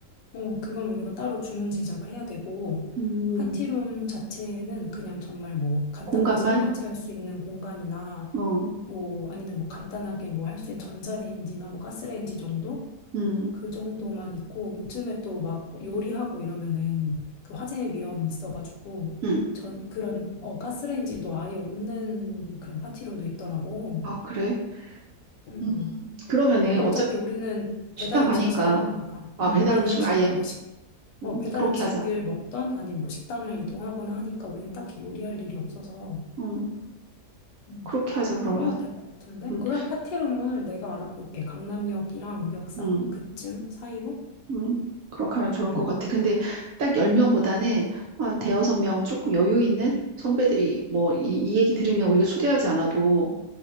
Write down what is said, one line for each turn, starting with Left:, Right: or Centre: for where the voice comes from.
Left: 어, 그건 우리가 따로 주문 제작을 해야 되고,
Right: 음,
Left: 파티룸 자체는 그냥 정말 뭐 간단하게
Right: 공간만?
Left: 설거지 할 수 있는 공간이나
Right: 어,
Left: 뭐 아니면 뭐 간단하게 뭐 할 수 있는 전자레인지나 뭐 가스레인지 정도?
Right: 음,
Left: 그 정도만 있고 요즘에 또 막 요리하고 이러면은 그 화재 위험 있어가지고
Right: 음,
Left: 전 그런 어 가스레인지도 아예 없는 그런 파티룸도 있더라고.
Right: 아 그래?
Left: 음.
Right: 음, 그러면은
Left: 근데 어차피
Right: 어차피
Left: 우리는
Right: 식당
Left: 배달 음식
Right: 가니까
Left: 시켜 먹으니까.
Right: 아
Left: 음,
Right: 배달
Left: 배달
Right: 음식을
Left: 음식이나
Right: 아예
Left: 뭐 어,
Right: 음,
Left: 배달
Right: 그렇게
Left: 음식을
Right: 하자.
Left: 먹던 아니면 뭐 식당을 이동하거나 하니까 우리는 딱히 요리할 일이 없어서
Right: 음,
Left: 음.
Right: 그렇게 하자 그러면.
Left: 그러면 될 것 같은데?
Right: 음,
Left: 그럼 파티룸을 내가 알아볼게. 강남역이랑 역삼
Right: 음.
Left: 그쯤 사이로?
Right: 음, 그렇게 하면 좋을
Left: 응,
Right: 것 같아. 근데 딱 10명보다는 한 대여섯 명 조금 여유 있는 선배들이 뭐 이, 이 얘기 들으면 우리가 초대하지 않아도